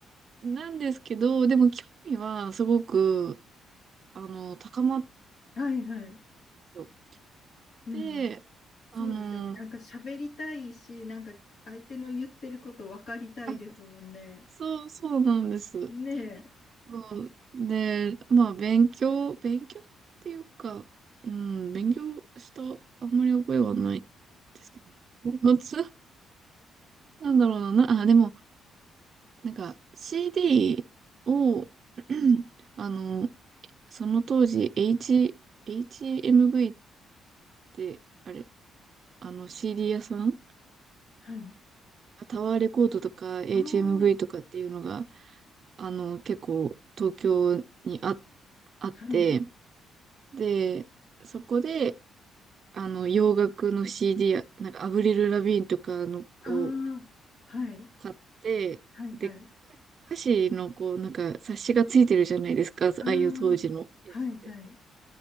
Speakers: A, on the right; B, on the left.
A: なんですけど、でも興味はすごく、あの、高まって
B: はいはい。
A: よっ
B: うん。
A: てあの、
B: そうですよね。なんか喋りたいし、なんか相手の言ってること分かりたいですもんね。
A: あ、そう、そうなんです。
B: ねえ。
A: そうで、まあ、勉強、勉強っていうか、うん、勉強した、あんまり覚えはないですけど、もつ、なんだろうな、な、あ、でも、なんか、CD を、<clears throat> あの、その当時、H、HMV って、あれ、あの CD 屋さん
B: はい。
A: タワーレコードとか HMV
B: ああ、
A: とかっていうのが、あの、結構東京にあ、あって、
B: はい。
A: で、そこで、あの、洋楽の CD や、なんかアブリル・ラビーンとかのを
B: ああ、はい。
A: 買って、
B: はいはい。
A: で、歌詞のこう、なんか冊子がついてるじゃないですか、ああいう当時のやつって。
B: ああ、はいはい。